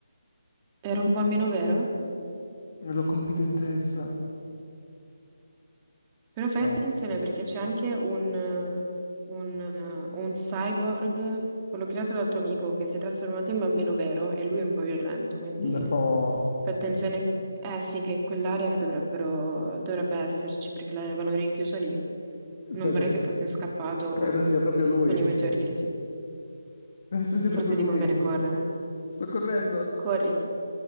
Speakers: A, on the right (about 20°); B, on the left (about 45°).
A: ero un bambino vero?
B: l'ho colpito in testa.
A: Però fai
B: Eh,
A: attenzione perché c'è anche un, eh, un, eh, un cyborg, quello creato dal tuo amico, che si è trasformato in bambino vero e lui è un po' violento, quindi
B: no,
A: fai attenzione. Eh sì, che in quell'area dovrebbero, dovrebbe esserci perché l'avevano rinchiuso lì. Non
B: sai
A: vorrei
B: che
A: che fosse scappato
B: credo sia proprio lui.
A: con i meteoriti.
B: Penso sia
A: Forse
B: proprio lui.
A: ti conviene correre.
B: Sto correndo,
A: corri,